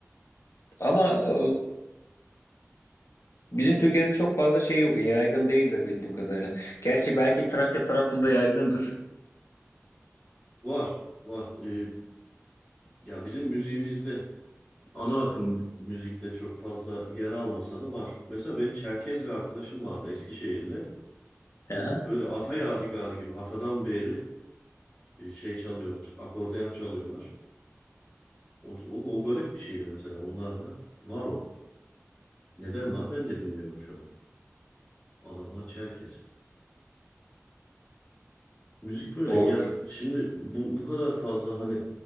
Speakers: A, on the left; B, in the centre.
A: Ama e, bizim Türkiye'de çok fazla şey yok. Yaygın değildir bildiğim kadarıyla. Gerçi belki Trakya tarafında yaygındır.
B: Var, var. Ee, ya bizim müziğimizde ana akım müzikte çok fazla yer almasa da var. Mesela benim Çerkez bir arkadaşım vardı Eskişehirli.
A: Aha,
B: Böyle ata yadigarı gibi atadan beri e, şey çalıyorlar. Akordeon çalıyorlar. O, o, o garip bir şeydi mesela. Onlar da var o. Neden var ben de bilmiyorum şu an. Adamlar Çerkez. Müzik böyle
A: doğrudur.
B: ya şimdi bu, bu kadar fazla hani